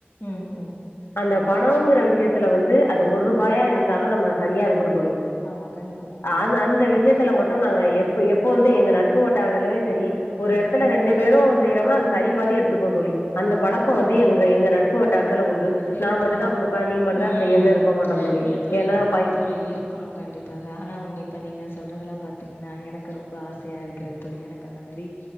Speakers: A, on the left; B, on the left.
A: ம் ம்
B: அந்த பணங்கிற விஷயத்துல வந்து அது ஒரு ரூபாயா இருந்தாலு நம்ம சரியா இருக்கணு தோழி
A: ஆமா கண்டிப்பா கண்டிப்பாக
B: அ அந்த விஷயத் துல மட்டும் நாங்க எப் எப்போதுமே எங்க நட்பு வட்டாரதுலயே சரி ஒரு
A: ம்
B: இடத்துல ரெண்டு பேரும் செய்றோம்னா அது சரி பாதி எடுத்துக்கு தோழி அந்த
A: கண்டிப்பா
B: பழக்கோ
A: தோழி
B: வந்து எங்க எங்க நட்பு வட்டாரத்துல உண்டு
A: இல்ல
B: நா மட்டு
A: தோழி
B: தா
A: ஆ
B: குடுப்பே நீ மட்டு தா
A: ம்
B: செய்யுன்னு இருக்க மாட்டோ தோழி
A: இல்ல தோழி
B: ஏன்னா
A: இப்புடிதா
B: பை
A: தா தோழி இருக் க்கணு கண்டிப்பாக ஆனா ஒன்னு இப்ப நீங்க சொல்றதலா பாத்தீங்கன்னா எனக்கு ரொம்ப ஆசையா இருக்கிறது தோழி எனக்கு அந்த மாரி